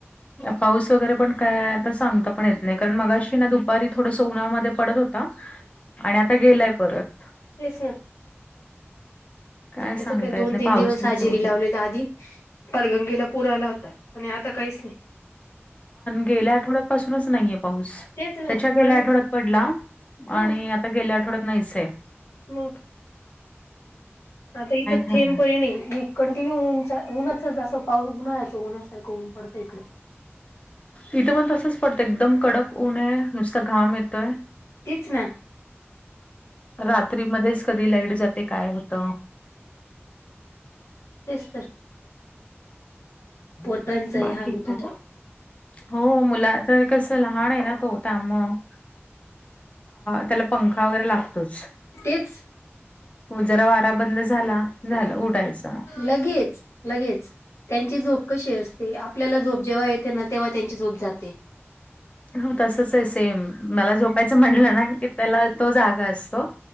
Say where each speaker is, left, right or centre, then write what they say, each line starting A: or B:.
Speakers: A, on the left (about 30°); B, on the left (about 75°).
A: पाऊस वगैरे पण काय आता सांगता पण येत नाही कारण मगाशी ना दुपारी थोडसं उन्हामध्ये पडत होत. आणि आता गेलाय परत.
B: तेस ना
A: काय
B: त्याच
A: सांगता
B: काही दोन
A: येत नाही
B: तीन
A: पावसाचं
B: दिवस हजेरी
A: वगैरे
B: लावलेला आधी. परगंगेला पूर आला होता आणि आता काहीच नाही.
A: गेल्या आठवड्यातपासूनच नाहीये पाऊस.
B: तेच ना
A: त्याच्या गेल्या
B: मागे
A: आठवड्यात पडला
B: ह
A: आणि आता गेल्या आठवड्यात नाहीचय
B: मग आता इथ
A: खरं
B: थेम प नाही कंटिन्यू ऊनचा उनच असं पाऊ उन्हा्याचो उन्हसारखं ऊन पडतं इकडे
A: इथं पण तसच पडतं एकदम कडक ऊन आहे नुसता घाम येतोय
B: तच ना
A: रात्री मच कधी लाईट जाते काय होत
B: तेच तर पोरांचाही
A: बाकी
B: हाल होता
A: का
B: तो
A: हो मुलाच कसं लहान आहे ना तो त्यामुग त्याला पंखा वगैरे लागतोच
B: तेच
A: हो जरा वारा बंद झाला झाला उठायचं
B: लगेच लगेच त्यांची झोप कशी असते आपल्याला झोप जेव्हा येते ना तेव्हा त्यांची झोप जाते
A: हो तसच आहे सेम मला झोपायचं म्हणलं ना की त्याला तो जागा असतो